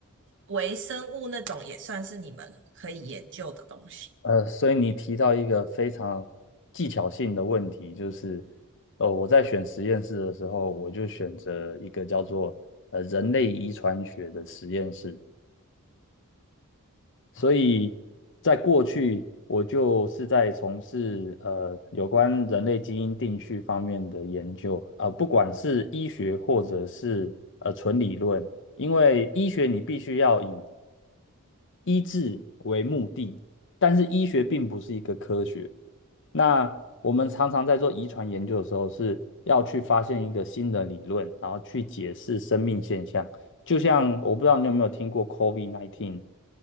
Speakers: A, on the right (about 55°); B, on the left (about 55°).
A: 微生物那种，也算是你们可以研究的东西。
B: 呃，所以你提到一个非常技巧性的问题，就是，呃，我在选实验室的时候，我就选择一个叫做呃人类遗传学的实验室。所以在过去，我就是在从事呃有关人类基因定序方面的研究，呃，不管是医学或者是呃纯理论，因为医学你必须要以医治为目的，但是医学并不是一个科学。那我们常常在做遗传研究的时候，是要去发现一个新的理论，然后去解释生命现象。就像我不知道你有没有听过 COVID-19。